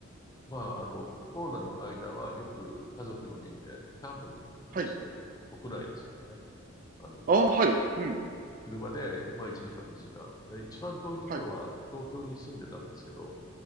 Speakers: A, on the left (about 15°); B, on the right (about 40°).
A: まあ、あの、コロナの間はよく家族4人でキャンプに行きましたね。
B: はい。
A: もう国内ですけどね。あの、
B: ああ、はい、うん、
A: 車で、まあ1時間2時間。え一番遠いところは東京に住んでたんですけど、
B: はい、